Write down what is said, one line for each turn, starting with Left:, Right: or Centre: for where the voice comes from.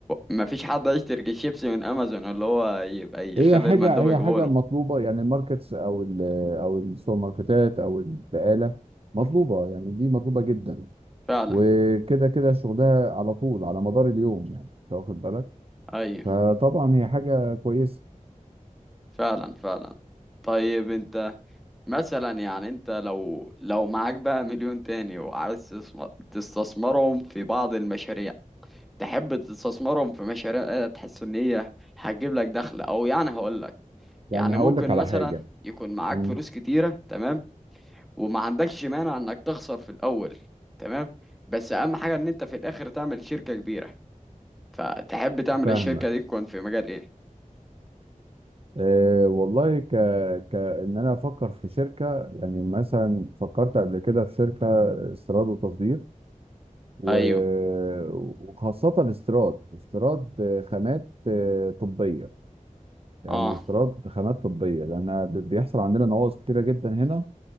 Centre: ما فيش حد هيشتري الشيبسي من امازون اللي هو يبقى يخلي
Right: هي حاجه
Centre: المندوب
Right: هي
Centre: يجيبه
Right: حاجه
Centre: له
Right: مطلوبه يعني الماركتس او ال او السوبر ماركتات او البقاله مطلوبه يعني دي مطلوبه جدا
Centre: فعلا
Right: وكده كده شغلها على طول على مدار اليوم يعني انت واخد بالك
Centre: ايوه
Right: فطبعا هي حاجه كويسه
Centre: فعلا فعلا طيب انت مثلا يعني انت لو لو معاك بقى مليون تاني وعايز تستثم- تستثمرهم في بعض المشاريع تحب تستثمرهم في مشاريع تحس ان هي هتجيب لك دخل او يعني هقول لك
Right: يعني
Centre: يعني
Right: هقول
Centre: ممكن
Right: لك على
Centre: مثلا
Right: حاجه
Centre: يكون معاك
Right: مم.
Centre: فلوس كتيرة تمام وما عندكش مانع انك تخسر في الاول تمام بس اهم حاجة ان انت في الاخر تعمل شركة كبيرة فتحب تعمل
Right: فاهمك
Centre: الشركة دي تكون في مجال ايه
Right: أه والله ك... كأن أنا أفكر في شركة يعني مثلا فكرت قبل كده في شركة استيراد وتصدير و...
Centre: ايوه
Right: وخاصة استيراد واستيراد خامات آه، طبية يعني
Centre: اه
Right: استيراد خامات طبية لأن ب- بيحصل عندنا نواقص كتيرة جدا هنا